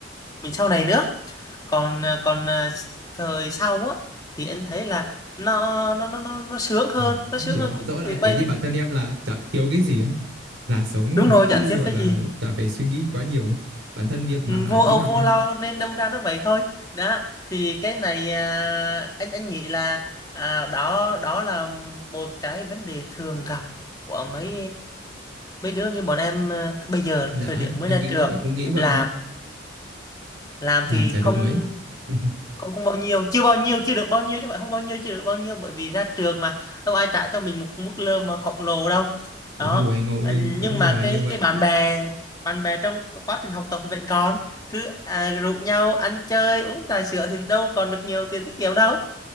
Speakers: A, on the left; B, on the right.
A: mình sau này nữa còn à, còn à, thời sau á thì anh thấy là nó nó nó nó, nó sướng hơn
B: Ờ,
A: nó
B: em
A: sướng
B: hiểu
A: hơn
B: ạ.
A: chút
B: rõ là
A: thì
B: kiểu
A: bây
B: như bản thân em là chả thiếu cái gì á là sống
A: đúng
B: là
A: rồi chả
B: cứ
A: thiếu
B: gọi
A: cái
B: là
A: gì
B: chả phải suy nghĩ quá nhiều bản thân việc
A: Ừ,
B: mà
A: vô
B: đi
A: âu
B: học
A: vô
B: ha
A: lo nên đâm ra nó vậy thôi đó thì cái này à, anh anh nghĩ là à, đó đó là một cái vấn đề thường gặp của mấy mấy đứa như bọn em à, bây giờ
B: dạ
A: thời điểm mới
B: em
A: ra
B: nghĩ cũng
A: trường
B: cũng nghĩ
A: Đúng
B: vậy
A: rồi. làm
B: ạ
A: làm
B: làm
A: thì
B: chả
A: không
B: được mấy <laughs>
A: không không bao nhiêu chưa bao nhiêu chưa được bao nhiêu chứ không phải không bao nhiêu chưa được bao nhiêu bởi vì ra trường mà đâu ai trả cho mình một mức lương mà khổng lồ đâu
B: đúng
A: đó
B: ngồi ngồi
A: Ừ. à,
B: rõ
A: nhưng
B: ràng
A: mà
B: là
A: cái
B: như vậy
A: cái bạn bè bạn bè trong quá trình học tập thì vẫn còn cứ à, rủ nhau ăn chơi uống trà sữa thì đâu còn được nhiều tiền tiết kiệm đâu